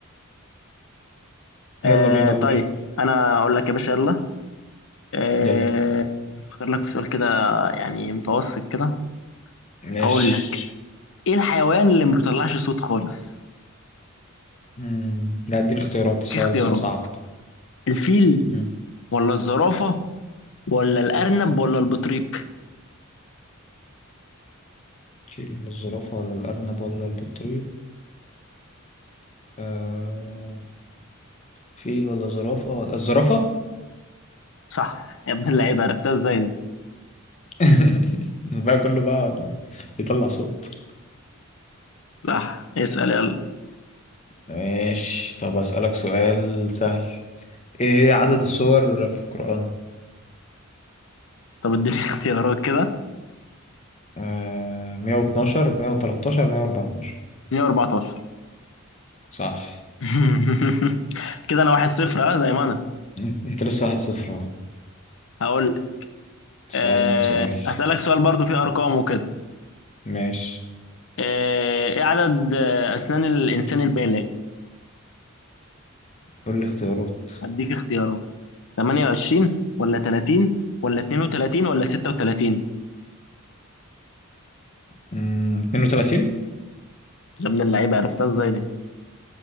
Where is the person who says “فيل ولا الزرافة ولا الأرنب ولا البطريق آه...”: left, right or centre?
Left